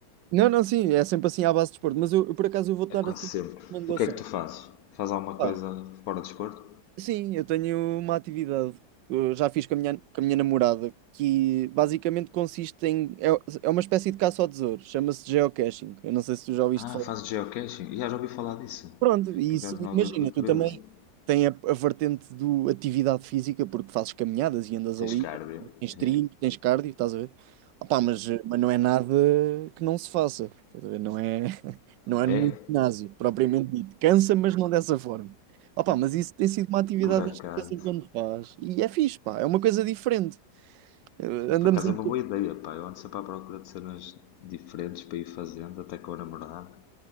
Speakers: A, on the right (about 85°); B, on the left (about 70°).
A: Não, não, sim, é sempre assim à base de desporto, mas eu, eu, por acaso eu vou
B: É
A: dar
B: quase
A: assim uma
B: sempre.
A: recomendação.
B: O que é que tu fazes? Faz alguma
A: Pá,
B: coisa fora de desporto?
A: sim, eu tenho uma atividade que eu já fiz com a minha, com a minha namorada que basicamente consiste em. É, é uma espécie de caça ao tesouro, chama-se geocaching. Eu não sei se tu já ouviste
B: Ah,
A: falar.
B: fazes geocaching? Já já ouvi falar disso.
A: Pronto, e
B: Por
A: isso,
B: acaso na altura
A: imagina,
B: fui
A: tu
B: curioso.
A: também. tem a, a vertente do atividade física, porque fazes caminhadas e andas
B: Tens
A: ali,
B: cardio?
A: tens trilho,
B: É.
A: tens cardio, estás a ver? Opá, mas, mas não é nada que não se faça, estás a ver? Não é, <laughs> não é
B: É,
A: nenhum ginásio, propriamente dito. Cansa, mas não dessa forma. Opá, mas isso tem sido uma atividade
B: por acaso.
A: que de vez em quando faz. E é fixe, pá, é uma coisa diferente. Eh, Andamos
B: Por acaso
A: em...
B: é uma boa ideia, pá. Eu ando sempre à procura de cenas diferentes para ir fazendo, até com a namorada.